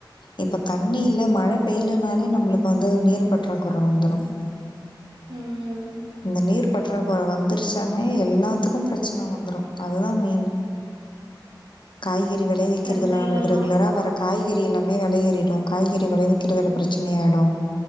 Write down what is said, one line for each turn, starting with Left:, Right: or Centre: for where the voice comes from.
Left: இப்ப தண்ணி இல்ல மழ பெய்யலனாலே நம்மளுக்கு வந்து நீர் பற்றாக்குற வந்துரும்
Right: ம் ம் ம்
Left: இந்த நீர் பற்றாக்குறை வந்துருச்சானே எல்லாத்துக்கும் பிரச்சன வந்துரும் அதுதா மெயின் காய்கறி வில எத்துறதுல
Right: சென்னையிலலாம்
Left: நம்மளுக்கு ரெகுலரா வர காய்கறி எல்லாமே வெல ஏறிடு காய்கறி வெளைவிக்கறதுல பிரச்சனை யாய்டு